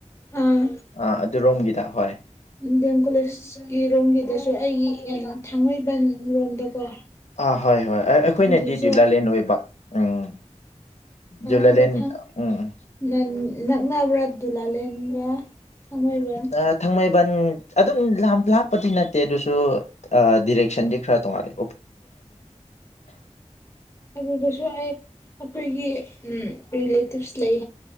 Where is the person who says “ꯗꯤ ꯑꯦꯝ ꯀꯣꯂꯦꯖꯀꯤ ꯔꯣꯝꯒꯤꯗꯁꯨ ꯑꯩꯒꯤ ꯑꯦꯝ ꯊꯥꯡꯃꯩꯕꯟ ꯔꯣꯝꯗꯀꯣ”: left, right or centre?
Left